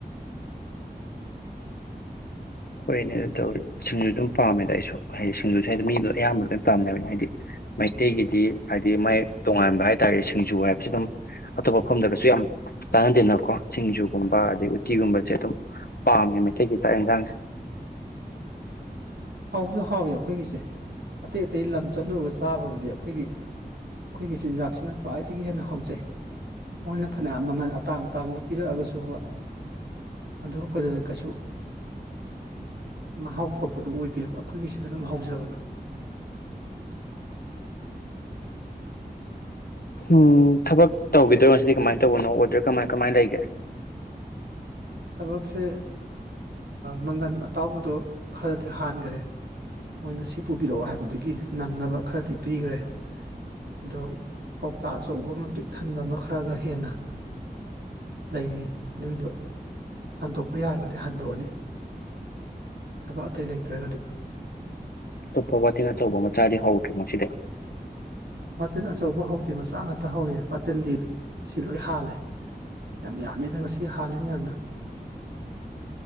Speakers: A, on the left; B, on the right.
A: ꯍꯣꯏꯅꯦ ꯑꯗꯨ ꯇꯧꯔꯤ ꯁꯨꯝꯁꯨ ꯑꯗꯨꯝ ꯄꯥꯝꯃꯦ ꯑꯩꯁꯨ ꯍꯥꯏꯗꯤ ꯁꯤꯡꯖꯨ ꯍꯥꯏꯗꯤ ꯃꯤꯗ ꯑꯌꯥꯝꯕ ꯂꯣꯏ ꯄꯥꯝꯅꯕꯅꯦ ꯍꯥꯏꯗꯤ ꯃꯩꯇꯩꯒꯤꯗꯤ ꯍꯥꯏꯗꯤ ꯃꯥꯏ ꯇꯣꯉꯥꯟꯕ ꯍꯥꯏꯇꯥꯔꯦ ꯁꯤꯡꯖꯨ ꯍꯥꯏꯕꯁꯤ ꯑꯗꯨꯝ ꯑꯇꯣꯞꯄ ꯃꯐꯝꯗꯒꯁꯨ ꯌꯥꯝ ꯆꯥꯟꯅꯗꯦꯟꯅꯀꯣ ꯁꯤꯡꯖꯨꯒꯨꯝꯕ ꯑꯗꯩ ꯀꯤꯒꯨꯝꯕ ꯆꯦꯇꯝ ꯄꯥꯝꯃꯦꯃꯦ ꯊ ꯆꯥꯡꯁꯦ
B: ꯍꯥꯎꯁꯨ ꯍꯥꯎꯏ ꯑꯩꯈꯣꯏꯒꯤꯁꯦ ꯑꯇꯩ ꯑꯇꯩ ꯂꯝ ꯆꯠꯂꯨꯔꯒ ꯆꯥꯕꯕꯨꯗꯤ ꯑꯩꯈꯣꯏꯒꯤ ꯑꯩꯈꯣꯏꯒꯤ ꯆꯤꯟꯖꯥꯛꯁꯤꯅ ꯈ꯭ꯋꯥꯏꯗꯒꯤ ꯍꯦꯟꯅ ꯍꯥꯎꯖꯩ ꯃꯣꯏꯅ ꯐꯅꯌꯥꯝ ꯃꯃꯜ ꯑꯇꯥꯡ ꯑꯇꯥꯡꯕ ꯄꯤꯔꯛꯑꯒꯁꯨ ꯑꯗꯨ ꯑꯩꯈꯣꯏꯗ ꯀꯩꯁꯨ ꯃꯍꯥꯎ ꯊꯣꯛꯄꯗꯨ ꯑꯣꯏꯗ ꯗꯦꯕ ꯑꯩꯈꯣꯏꯒꯤꯁꯤꯗ ꯑꯗꯨꯝ ꯍꯧꯖꯕꯗꯣ
A: ꯎꯝ ꯊꯕꯛ ꯇꯧꯈꯤꯗ꯭ꯔꯣ ꯉꯁꯤꯗꯤ ꯀꯃꯥꯏꯅ ꯇꯧꯕꯅꯣ ꯑꯣꯔꯗꯔ ꯀꯃꯥꯏ ꯀꯃꯥꯏꯅ ꯂꯩꯒꯦ
B: ꯊꯕꯛꯁꯦ ꯃꯪꯒꯟ ꯑꯇꯥꯎꯕꯗꯣ ꯈꯔꯗꯤ ꯍꯥꯟꯈ꯭ꯔꯦ ꯃꯣꯏ ꯉꯁꯤ ꯄꯨꯕꯤꯔꯛꯑꯣ ꯍꯥꯏꯕꯗꯨꯒꯤ ꯅꯪꯅꯕ ꯈꯔꯗꯤ ꯄꯤꯈ꯭ꯔꯦ ꯑꯗꯣ ꯀꯧꯇꯥ ꯑꯆꯧꯕ ꯑꯃ ꯄꯤꯛ ꯊꯟꯕ ꯑꯃ ꯈꯔꯒ ꯍꯦꯟꯅ ꯂꯩꯔꯤ ꯑꯗꯨꯏꯗꯣ ꯍꯟꯗꯣꯛꯄ ꯌꯥꯔꯒꯗꯤ ꯍꯟꯗꯣꯛꯑꯅꯤ ꯊꯕꯛ ꯑꯇꯩ ꯂꯩꯇ꯭ꯔꯒꯗꯤ
A: ꯑꯣꯞꯄ ꯋꯥꯇꯤꯟ ꯑꯆꯧꯕ ꯃꯆꯥꯗꯤ ꯍꯧꯗ꯭ꯔꯤꯅꯣ ꯁꯤꯗ
B: ꯋꯥꯇꯤꯟ ꯑꯆꯧꯕ ꯍꯧꯗꯦ ꯃꯆꯥ ꯉꯥꯛꯇ ꯍꯧꯋꯦ ꯋꯥꯇꯜꯗꯤ ꯑꯗꯨꯝ ꯑꯁꯤ ꯂꯣꯏ ꯍꯥꯜꯂꯦ ꯌꯥꯝ ꯌꯥꯝꯃꯤꯗ ꯉꯁꯤ ꯍꯥꯜꯂꯤꯅꯦꯌꯥꯝꯗ